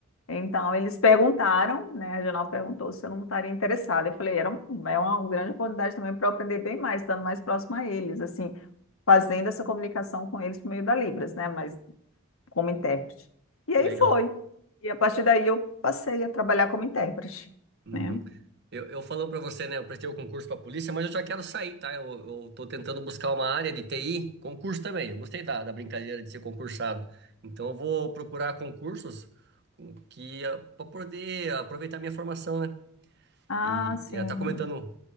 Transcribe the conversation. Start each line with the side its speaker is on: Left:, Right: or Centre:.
Left: Então eles perguntaram, né? A regional perguntou se eu não estaria interessada. Eu falei, era um- é uma grande oportunidade também para eu aprender bem mais, estando mais próximo a eles, assim, fazendo essa comunicação com eles por meio da Libras, né? Mas como intérprete. E aí
Right: Legal.
Left: foi. E a partir daí eu passei a trabalhar como intérprete,
Right: Uhum.
Left: né?
Right: Eu, eu falando para você, né? Eu prestei o concurso para polícia, mas eu já quero sair, tá? Eu, eu tô tentando buscar uma área de TI, concurso também. Eu gostei da, da brincadeira de ser concursado. Então eu vou procurar concursos com- que para poder aproveitar minha formação, né?
Left: Ah,
Right: E
Left: sim.
Right: ela tá comentando